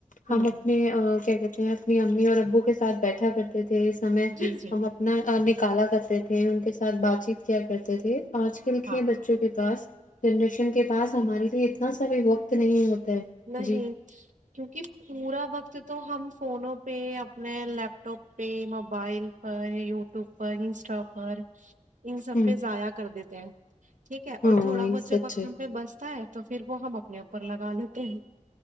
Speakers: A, on the right; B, on the left.
A: ہوں
B: ہم اپنے کیا کہتے ہیں اپنی امی اور ابو کے سھ بیٹھا کرتے تھے سمے
A: جی جی
B: ہم اپنا کالا کرتے تھے ان کے ساتھ بات چیت کیا کرتے تھے آج کل
A: ہاں
B: کے بچوں کے پاس جڈرشن کے پاس ہمارے لیے اتنا سا بھی وقت نہیں ہوتا ہے
A: نہیں
B: جی
A: کیونکہ پورا وقت تو ہم فونوں پہ اپنے لیپ ٹاپ پہ موبائل پر یوٹیوب پر انسٹا پر ان سب
B: ہ
A: پہ ضائع کر دیتے کیا ٹھیک ہے اور
B: ہاں
A: تھوڑا
B: یہ
A: بہت
B: سچ
A: جو وقت
B: ہے
A: ہم پہ بستا ہے تو پھر وہ ہم اپنے اوپر لگا لیتے تین <unintelligible>